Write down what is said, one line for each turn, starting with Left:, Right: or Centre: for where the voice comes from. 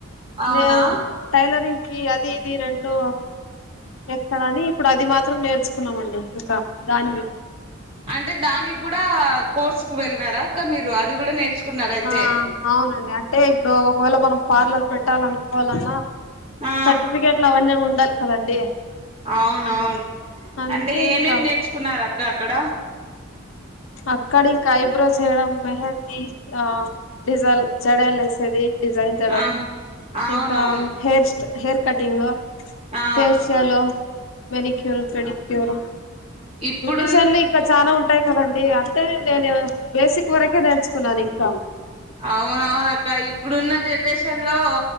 Right: అవునా
Left: నేను టైలరింగ్ ఈ అది ఇది రెండు ఎక్కడ అని ఇప్పుడు అది మాత్రం నేర్చుకున్నాం అండి ఇంకా దాని
Right: అంటే దానికి గుడా కోర్స్ కు వెళ్ళనారా అక్క మీరు అది కూడా నేర్చుకున్నార అయితే
Left: ఆ అవునండి అంటే ఇప్పుడు ఒకవేళ మనం పార్లర్ పెట్టాలనుకోవాలన్నా
Right: ఆ
Left: సర్టిఫికెట్లు అవన్నీ ఉండాలి కదండి
Right: అవున అవును
Left: అందుకే
Right: అంటే ఏమేమి
Left: ఇంకా
Right: నేర్చుకున్నారు అక్క ఎక్కడ
Left: అక్కడ ఇంకా ఐబ్రో చేయడం మెహందీ ఆ డిజల్ జడ లే వసేది డిజైన్ జడలో
Right: ఆ అవునవును
Left: ఇంకా హెయిర్ స్ హెయిర్ కటింగ్
Right: ఆ
Left: ఫేషియలో మ్యానిక్యూర్ పెడిిక్యూరు
Right: ఇప్పుడు
Left: ఇషన్లు ఇంకా చాలా ఉంటాయి కదండి అంటే నేను బేసిక్ వరకే నేర్చుకున్నాను ఇంకా
Right: అవునవున అక్క ఇప్పుడున్న జనరేషన్ లో